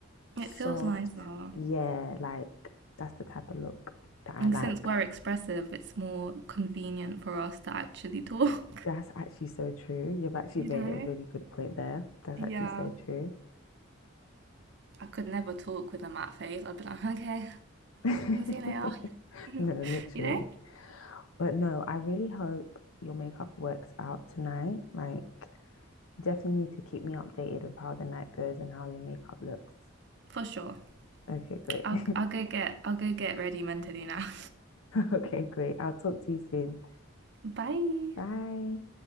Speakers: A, on the right; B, on the left.
A: It
B: soft.
A: feels nicer.
B: Yeah, like that's the type of look that I
A: And
B: like.
A: since we're expressive, it's more convenient for us to actually talk,
B: That's actually so true. You've actually
A: <laughs> you
B: made
A: know?
B: a really good point there. That's
A: Yeah,
B: actually so true.
A: I could never talk with a matte face. I'd be like, okay,
B: <laughs>
A: <laughs> see you later. <laughs>
B: No, literally.
A: You know,
B: But no, I really hope your makeup works out tonight. Like, definitely need to keep me updated of how the night goes and how your makeup looks.
A: for sure.
B: Okay, great.
A: I'll
B: <laughs>
A: I'll go get I'll go get ready mentally now.
B: Okay, great. I'll talk to you soon.
A: <laughs> Bye.
B: Bye.